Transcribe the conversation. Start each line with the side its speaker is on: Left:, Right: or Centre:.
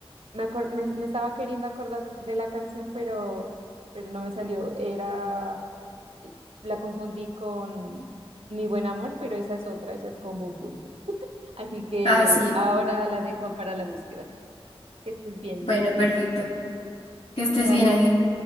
Right: Me, acor- me, me estaba queriendo acordar de la canción, pero, pero no me salió. Era, la confundí con Mi Buen Amor, pero esa es otra, esa es con Bunbury. Así que
Left: Ah, sí.
Right: ahora la dejo para la búsqueda. Que estés bien,
Left: Bueno,
Right: Lu.
Left: perfecto. Que estés
Right: Chao.
Left: bien, Ángela.